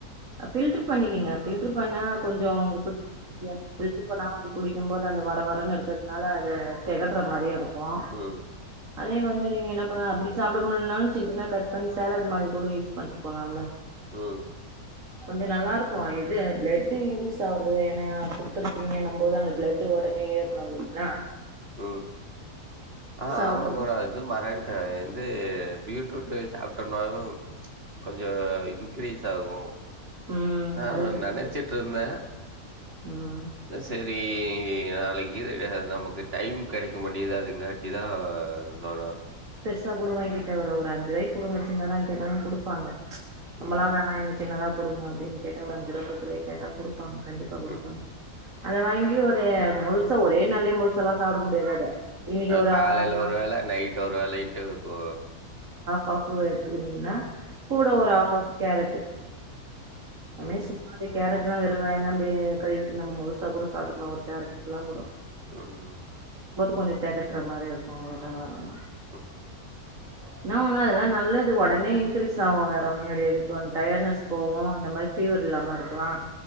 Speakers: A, on the right (about 55°); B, on the right (about 40°).
A: ஃபில்ட் ட்ரிப் ர் பண்ணிக்கிங்க ஃபில்டர் பண்ணா கொஞ்சோ ஒங்களுக் குடிக்க ஈஸியாருக்கு ஃபில்டர் பண்ணாம அப்பிடி குடிக்கும்போது அந்த வர வரன்னு இருக்கதுனால அது தெகட்டுற மாரியே இருக்கு கோ
B: ம்
A: அதே வந்து நீங்க என்ன பண்ணலா அப்டி சாப்பிட முடியுலன்னாலு சின் சின்ன கட் பண்ணி சேலட் மாரி கூட யூஸ் பண்ணிட்டு போலால்ல
B: ம்
A: கொஞ்சோ நல்லா இருக்கு அ இது பிளட் இன்க்ரீஸ் ஆகுறது ஏன்னா குடுத்துருக்கீங்கன்னம் போது அந்த பிளட் ஒடனே ஏறணு இல்லீங்களா
B: உம் ஆஹ்
A: ஆகுறது
B: ஆமா கூட அது மறன்ட்ட நா என் வந்து பீட்ரூட்டு சாப்புட்டோன்னாலு ப்ச் கொஞ்சோ இன்க்ரீஸ் ஆகு
A: ம்
B: ஆஹ்
A: அதுக்குதா
B: நெனைச்சிட்டு
A: சொல்றே
B: இருந்தே
A: ம்
B: சேரி ஈ நாளக்கு தி நமக்கு டைம் கெடைக்க மாட்டேங்குது அதுக்கு <unintelligible> ஆஹ் நோடௌ
A: இது கூட வாங்கத் தேவல்ல ஒரு அஞ்சு ரூவாய்க்கு குடுங்க சின்னதான்னு கேட்டாலு குடுப்பாங்க ரொம்பல்லா
B: ம்,
A: வேணா எனக்கு சின்னதா குடுங்க அப்டின்னு கேட்டா ஒரு அஞ்சு ரூவா பத்து ரூவாக் கேட்டா குடுப்பாங்க கண்டிப்பா குடுப்பாங்க
B: ம்.
A: அத வாங்கி ஒரு முழுசா ஒரே நாள்லயே முழுசால்லா சாப்ட முடியாது அத இன்னக்கி
B: அ
A: ஒரு
B: காலையில
A: அரன
B: ஒரு வேல நைட் ஒரு வேல இன்ட்டர்வெக்கு
A: பாப்புவ எடுத்துக்கினீங்கன்னா கூட ஒரு ஆஃப் ஆஃப் கேரட் <unintelligible>
B: ம்,
A: சும்மாவே கேரட்லாம் வருவவே ஏா அப்ப கழுவிட்டு நம முழுசா கூட சாப்பட்டுக்கலாம் ஒரு கேரட புல்லாக கூட
B: ம் ம்
A: கொஞ்சம் தெகட்டுற மாரி இருக்கும் <unintelligible>
B: ம்,
A: என்ன உன்னா அதெல்லாம் நல்லது உடனே இன்க்கிரீஸ் ஆகும் வேற ஒண்ணு கிடையாது ஒ டயடனஸ் போவூம் இந்த மாதிரி ஃபீவர் இல்லாம இருக்கலாம்